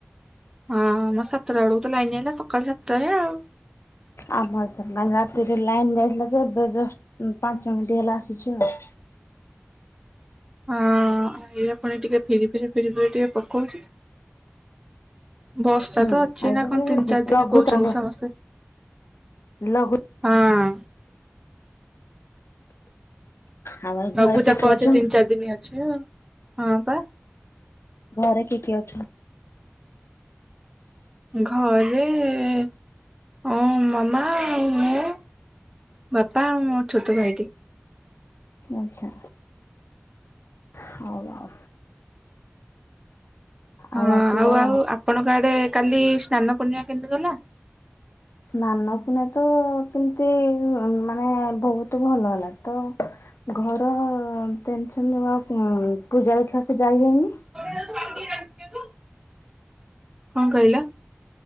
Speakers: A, on the right; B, on the left.
A: ହଁ ମ ସାତଟା ବେଳକୁ ତ ଲାଇନ ଆଇଲା ସକାଳ ସାତଟାରେ ଆଉ।
B: ଆମର ତ କାଲି ରାତିରେ ଲାଇନ୍ ଯାଇଥିଲା ଯେ ଏବେ ଜଷ୍ଟ ପାଞ୍ଚ ମିନିଟ୍ ହେଲା ଆସିଛି ଆଉ।
A: ହଁ ଏଇବା ଫୁଣି ଟିକେ ଫିରି ଫିରି ଫିରି ଫିରି ଟିକେ ପକଉଛି। ବର୍ଷା
B: ହୁଁ
A: ତ ଅଛି
B: ଆଉ
A: ନା
B: ସେଟା
A: କଣ
B: ଲଘୁ
A: ତିନି ଚାରି ଦିନ
B: ଲଘୁଚାପ
A: କହୁଛନ୍ତି ସମସ୍ତେ।
B: ଲଘୁ
A: ହଁ।
B: ଆମ ଘରେ
A: ଲଘୁ
B: କିଏ
A: ଚାପ
B: କିଏ
A: ଅଛି
B: ଅଛନ୍ତି?
A: ତିନି ଚାରି ଦିନି ଅଛି ହଁ ପା।
B: ଘରେ କି କିଏ ଅଛନ୍ତି।
A: ଘରେ ଅ ମାମା ଆଉ ମୁଁ। ବାପା ଆଉ ମୋ ଛୋଟ ଭାଇଟେ।
B: ଆଛା ହଉ ଆଉ।
A: ହଁ
B: ଆଉ ଆଜିର
A: ଆଉ ଆପଣଙ୍କ ଆଡେ କାଲି ସ୍ନାନ ପୂର୍ଣିମା କେମିତି ଗଲା।
B: ସ୍ନାନ ପୁନେଇ ତ କେମିତି ମାନେ ବହୁତ ଭଲ ହେଲା। ତ ଘର ଟେନସନ ନେବା ଆଉ ପୂଜା ଦେଖିବାକୁ ଯାଇ ହେଇନି।
A: <inaudible> କଣ କହିଲ।